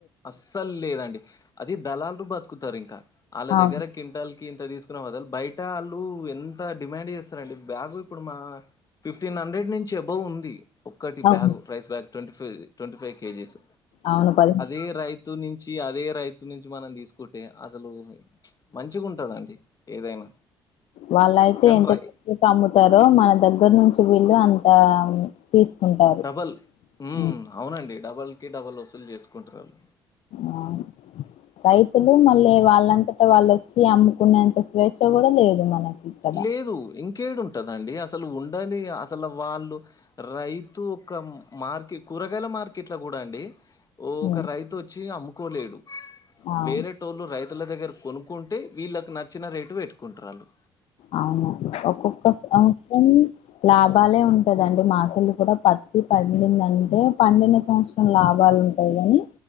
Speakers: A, on the left (about 30°); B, on the left (about 60°).
A: అస్సలు లేదండి అది దళాల బతుకుతారు ఇంకా వాళ్ళ
B: అవును
A: దగ్గర కింటల్ ఇంత తీసుకున్నా వదలు బయట వాళ్ళు ఎంత డిమాండ్ చేస్తారంటే బ్యాగు ఇప్పుడు మా ఫిఫ్టీన్ హండ్రెడ్ నుంచి అబౌవ్ ఉంది ఒక్కటి
B: అవును
A: bag rice bag twenty five twenty five kgs
B: ఆవును పది
A: ఏ రైతు నుంచి అదే రైతు నుంచి మనం తీసుకుంటే అసలు మంచిగా ఉంటదండి ఏదైనా
B: వాళ్ళయితే
A: కానీ
B: ఎంత
A: రై
B: త అమ్ముతారో మన దగ్గర నుంచి వీళ్ళు అంత తీసుకుంటారు
A: డబల్ మ్
B: ఉమ్,
A: అవునండి డబల్ కి డబల్ వసూలు చేసుకుంటారళ్ళు
B: ఆ రైతులు మళ్ళీ వాళ్ళంతటా వాళ్ళుొచ్చి అమ్ముకునేంత స్వేచ్ఛ కూడా లేదు మనకి ఇక్కడ
A: లేదు ఇంకేడుంటదండి అసలు ఉండని అసలు వాళ్ళు రైతు ఒక మార్కెట్ కూరగాయల మార్కెట్ ల కూడా అండి ఓ
B: ఉమ్,
A: ఒక రైతు వచ్చి అమ్ముకోలేడు
B: అవును
A: వేరే టోళ్ళు రైతు ల దగ్గర కొనుక్కుంటే వీళ్ళకి నచ్చిన రేటు పెట్టుకుంటారళ్ళు
B: అవును ఒక్కొక్క సంవత్సరం లాభ బాలే ఉంటుదండి మకేళి కూడా పత్తి పండిందంటే పండిన సంవత్సరం లాభాలే ఉంటాయి కాని